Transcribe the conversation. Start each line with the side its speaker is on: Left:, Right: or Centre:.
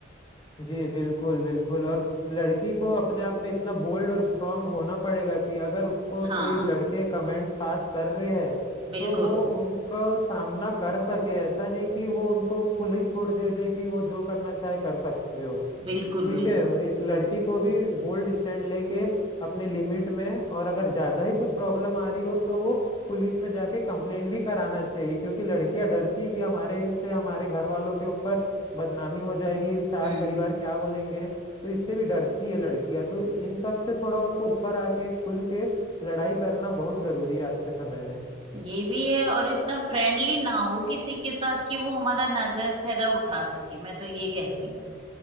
Left: जी बिल्कुल बिल्कुल और लड़की को अपने आप में इतना बोल्ड और स्ट्रांग होना पड़ेगा कि अगर उसको
Right: हाँ
Left: कोई लड़के कमेंट्स पास कर रहे हैं
Right: बिल्कुल
Left: तो वो उनका सामना कर सके ऐसा नहीं कि वो उनको खुली छूट दे दे कि वो जो करना चाहे कर सकते हो
Right: बिल्कुल
Left: ठीक
Right: बिल्कुल
Left: है एक लड़की को भी बोल्ड स्टैंड लेके अपने लिमिट में और अगर ज्यादा ही कुछ प्रॉब्लम आ रही हो तो वो पुलिस में जाके कंप्लेंट भी कराना चाहिए क्योंकि लड़कियां डरती है कि हमारे से हमारे घर वालों के ऊपर बदनामी हो जाएगी इस चार
Right: हम्म
Left: परिवार क्या बोलेंगे तो इससे भी डरती है लड़कियां तो इन सब से थोड़ा उनको ऊपर आके खुल के लड़ाई करना बहुत जरूरी है आज के समय में
Right: ये भी है और इतना फ्रेंडली ना हो किसी के साथ कि वो हमारा नाजायज फायदा उठा सके मैं तो ये कहती हूँ